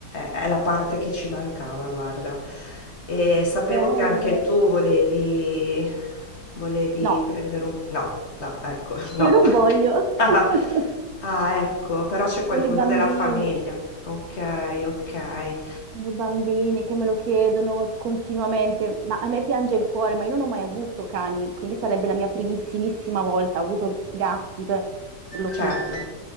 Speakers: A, on the left (about 45°); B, on the right (about 65°).
A: è la parte che ci mancava, guarda. E sapevo
B: bello.
A: che anche tu volevi volevi
B: No,
A: prendere un no, no, ecco, no.
B: io non voglio.
A: <laughs>
B: <laughs>
A: Ah, ecco, però c'è qualcuno
B: Sono i bambini,
A: della famiglia. Okay, okay.
B: sono i bambini che me lo chiedono continuamente, ma a me piange il cuore, ma io non ho mai avuto cani, quindi sarebbe la mia primissimissima volta, ho avuto gatti per, per lo più.
A: Certo.